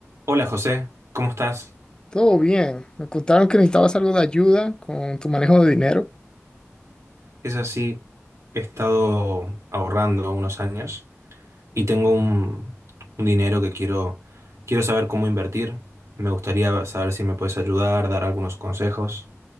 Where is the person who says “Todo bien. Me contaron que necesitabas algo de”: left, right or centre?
Left